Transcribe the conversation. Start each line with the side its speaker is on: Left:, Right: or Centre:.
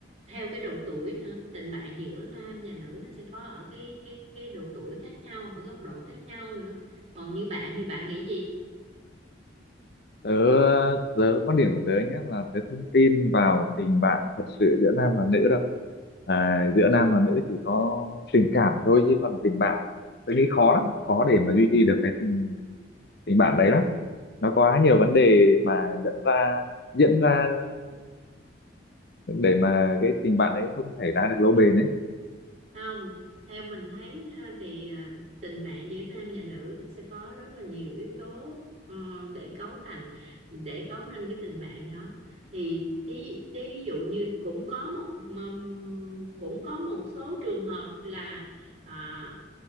Right: theo cái độ tuổi nữa tình bạn giữa nam và nữ nó sẽ có ở cái cái cái độ tuổi khác nhau ở góc độ khác nhau nữa còn như bạn thì bạn nghĩ gì
Left: Tớ tớ quan điểm của tớ nhé là tớ không tin vào tình bạn thật sự giữa nam và nữ đâu. À, giữa nam và nữ chỉ có tình cảm thôi chứ còn tình bạn tớ nghĩ khó lắm, khó để mà duy trì được cái tình tình bạn đấy lắm. nó quá nhiều vấn đề mà dẫn ra diễn ra để mà cái tình bạn đấy không xảy ra được lâu bền ấy
Right: không theo mình thấy ha, thì à, tình bạn giữa nam và nữ nó sẽ có rất là nhiều yếu tố ờ, để cấu thành để cấu nên cái tình bạn đó thì thí, thí dụ như cũng có một mầm- cũng có một số trường hợp là à,